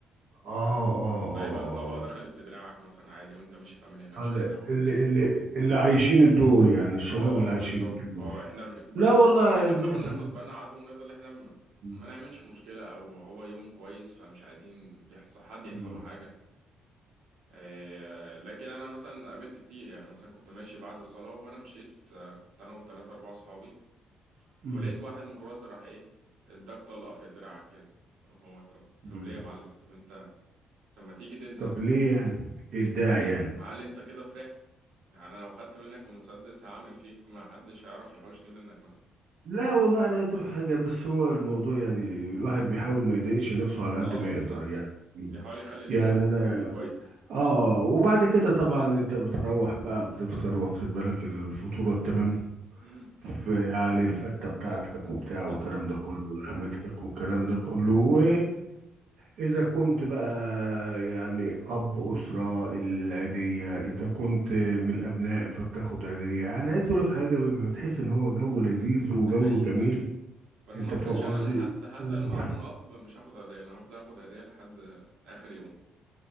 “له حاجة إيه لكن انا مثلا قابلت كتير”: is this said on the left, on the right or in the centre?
Right